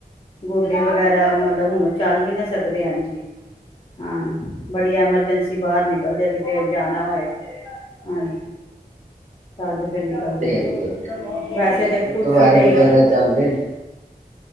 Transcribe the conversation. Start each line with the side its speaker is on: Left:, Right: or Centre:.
Left: ਗੋਡੇ ਵਗੈਰਾ ਮਤਲਬ ਹੁਨ ਚੱਲ ਨੀ ਨਾ ਸਕਦੇ ਏੰਜ ਈ ਹਾਂ, ਬੜੀ ਐਮਰਜੈਂਸੀ ਬਾਹਰ ਨਿਕਲਦੇ ਆ ਕਿਤੇ ਜਾਨਾ ਹੋਏ ਹ ਤੱਦ ਫਿਰ ਨਿਕਲਦੇ
Right: ਉਹ ਤੇ
Left: ਐ
Right: ਹੈ ਹੀ ਹੈ ਫਿਰ।
Left: ਵੈਸੇ ਤਾਂ
Right: ਗੁਰਦੁਆਰੇ
Left: ਕੁਰਸੀ ਤੇਈ
Right: ਵਗੈਰਾ ਜਾਂਦੇ ਨੇ